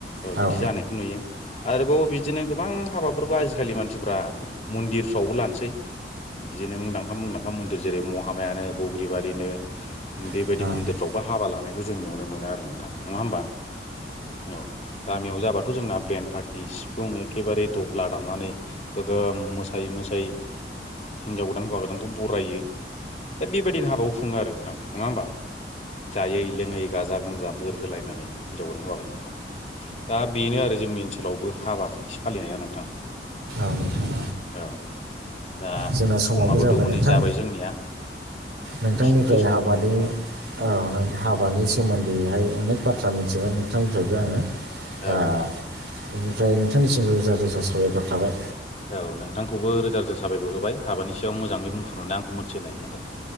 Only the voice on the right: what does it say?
औ
औ
औ
औ नोंथां औ
जोंना समाबो
जाबाय
नोंथां
नोंथांनिफ्राय
हाबानि
औ नोंनि हाबानि सोमोनदैहाय अनेक बाथ्रा मिथिबाय नोंथांनिफ्रायबो आङो दा
बेनिफ्राय नोंथांनिसिमबो रोजा रोजा साबायखर थाबाय।